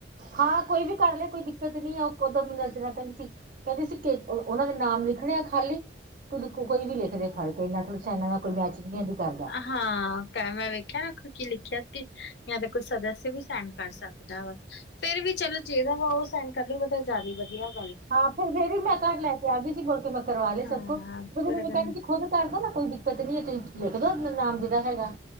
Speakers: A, on the right (about 50°); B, on the left (about 70°).
A: ਹਾਂ ਕੋਈ ਵੀ ਕਰ ਲਿਆ ਕੋਈ ਦਿੱਕਤ ਨੀ ਆ ਓਕੋ ਦੋਨੋਂ ਨਜਰਾ ਕਨ ਸੀ। ਕਹਿੰਦੀ ਸੀ ਕੇ ਉਹਨਾ ਦੇ ਨਾਮ ਲਿਖਣੇ ਆ ਖਾਲੀ, ਤੇ ਦੇਖੋ ਕੋਈ ਵੀ ਲਿਖਦੇ ਫੜ ਕੇ ਐਨਾ ਸੈਨ ਨਾਲ ਕੋਈ ਮੈਚਿੰਗ ਨੀ ਕੋਈ ਕਰਦਾ।
B: ਹਾਂ ਕੈਮਰਾ ਵੇਖਿਆ ਨਾ ਅੱਗੋਂ ਕਿ ਲਿਖਿਆ ਸੀ ਜਾਂ ਤਾਂ ਕੋਈ ਸਦੱਸਯ ਵੀ ਸੈਨ ਕਰ ਸਕਦਾ। ਵਾ, ਫੇਰ ਵੀ ਚਲ ਜਿਹੜਾ ਵਾ ਉਹ ਸਾਈਨ ਕਰ ਲੂ ਬਟ ਉਹ ਜਾਦੇ ਵਧੀਆ ਵਾ।
A: ਹਾਂ ਫਿਰ-ਫਿਰ ਵੀ ਮੈਂ ਘਰ ਲੈ ਕੇ ਆ ਗਈ ਸੀ ਬੋਲ ਕੇ ਮੈਂ ਕਰਵਾ
B: ਹਾਂ
A: ਸਭ ਕੁ ਫਿਰ ਮੈਨੂੰ
B: ਪਰ
A: ਉਹ
B: ਅਗਰ
A: ਕਹਿੰਦੀ ਸੀ ਖੁਦ ਕਰਦੋ ਨਾ ਕੋਈ ਦਿੱਕਤ ਨੀ ਐ ਤੁਸੀਂ ਲਿਖ ਦੋ ਨਾਮ ਜੇੜਾ ਹੈਗਾ।